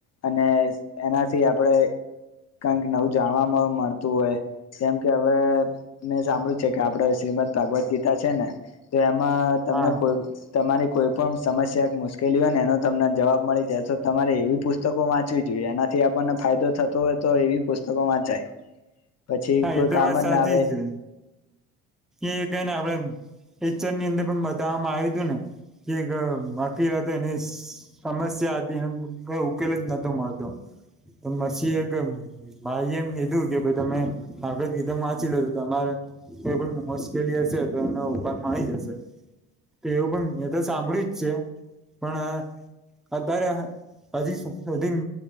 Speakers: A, on the left (about 45°); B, in the centre.
A: અને એનાથી આપણેે કંઈક નવું જાણવા મળતું હોય. જેમ કે હવે મેં સાંભળ્યું છે કે આપડ શ્રીમંત. ભાગવદ ગીતા છે ને તો એમાં તમને
B: હા
A: કોઈ તમારી કોઈ પણ સમસ્યા કે મુશ્કેલી હોય ને એનો તમને જવાબ મળી જાય તો તમારે એવી પુત પુસ્તકો વાંચવી જોઈએ એનાથી આપણને ફાયદો થતો હોય તો એવી પુસ્તકો વાંચાય. પછી
B: હા
A: કોઈ
B: એ તો
A: કામ
B: વાત સાચી
A: જ ના આવે.
B: છે એ કઈ ને આપડે એચર ની અંદર પણ બતાવવામાં આવ્યું હતું ને જે ક બાકી રહેતે નીશ. સમસ્યા હતી એ કઈ ઉકેલ જ નતો મળતો. તો મછી એગ મા એમ એ કીધું ભ તમે આપડે ગીધમ વાંચી લો છો તમારે. કોઈ પણ મુશ્કેલી હશે તો એને ઉપાનમાં આવી જશે. તે ઓવો પણ મે તો સાંભળ્યું જ છે પણ અત્યારે હજી સોપધીન